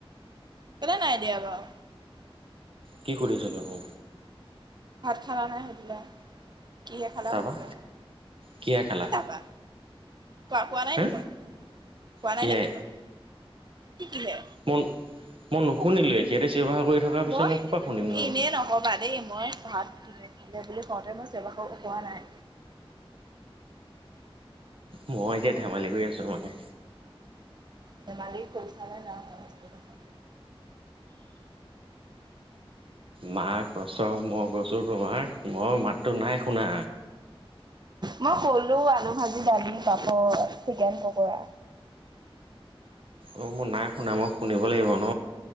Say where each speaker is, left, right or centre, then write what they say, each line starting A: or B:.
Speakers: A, on the right; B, on the right.
A: কেলে নাই দিয়া বাও।
B: কি সুধিছিলো নো?
A: ভাত খালা নাই সুধিলা, কিহে খালা
B: তাৰপা
A: সুধিলা।
B: কিহে খালা
A: কি তা পা, কোৱা? কোৱা নাই
B: হা
A: নি মই? কোৱা
B: কিহে
A: নাই নেকি মই? কি কিহে?
B: মই মই নুশুনিলোৱে সিহঁতে চিঞৰ-বাখৰ কৰি থকাৰ পিছত
A: মই,
B: ক'ৰপা শুনিম নো
A: এনে
B: বাৰু
A: নকবা দেই মই ভাত ইফালে বুলি কওতে মই চিয়ৰ বাখৰ কোৱা নাই।
B: মই এতিয়া ধেমালি কৰি আছো মানে?
A: ধেমালি কৰিছা নে নাই <unintelligible>
B: মা কছম মই কৈছো তোমাক মই মাতটো নাই শুনা?
A: মই কলো আলু ভাজি, দালি, পাপৰ, চিকেন পকৰা।
B: অ মই নাই শুনা মই শুনিব লাগিব ন।